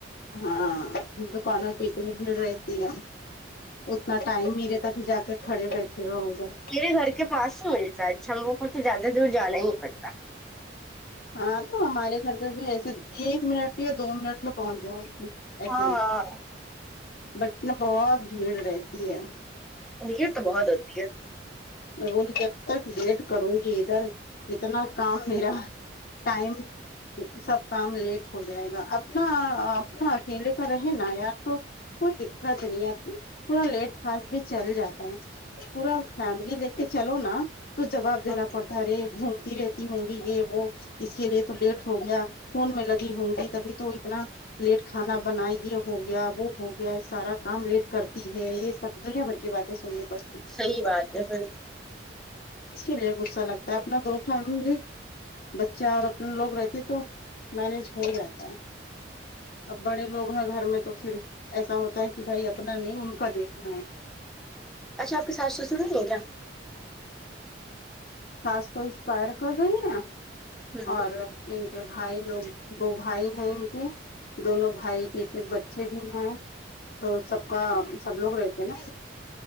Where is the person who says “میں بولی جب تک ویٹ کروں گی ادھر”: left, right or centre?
Left